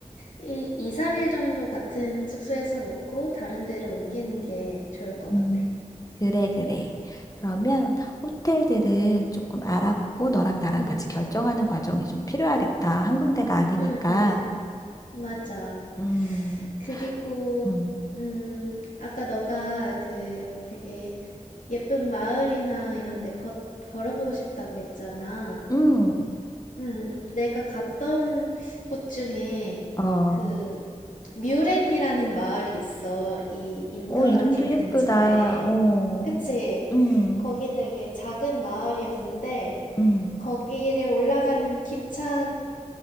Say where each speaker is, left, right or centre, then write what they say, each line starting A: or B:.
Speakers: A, on the left; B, on the left.
A: 이, 2, 3일 정도 같은 숙소에서 먹고 다른 데로 옮기는 게 좋을 것
B: 음,
A: 같아.
B: 그래, 그래.
A: 응,
B: 그러면 호텔들을 조금 알아보고 너랑 나랑
A: 응,
B: 같이 결정하는 과정이 좀 필요하겠다. 한 군데가 아니니까.
A: 응, 응. 맞아.
B: 음,
A: 그리고
B: 음,
A: 음, 아까 너가 그 되게 예쁜 마을이나 이런 데 걷, 걸어보고 싶다고 했잖아.
B: 음,
A: 음, 내가 갔던 곳 중에
B: 어,
A: 그 뮤렌이라는 마을이 있어. 이 인터라켄
B: 어, 이름도 예쁘다.
A: 근처에.
B: 어,
A: 그치?
B: 음,
A: 거기 되게 작은 마을이었는데
B: 음,
A: 거기를 올라가는 기차로